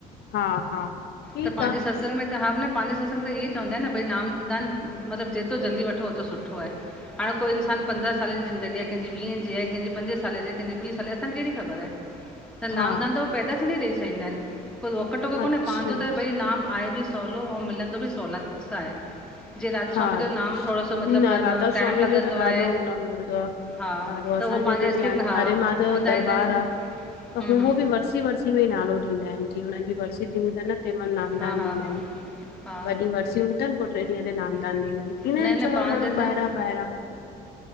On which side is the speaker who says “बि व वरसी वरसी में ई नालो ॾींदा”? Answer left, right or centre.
Left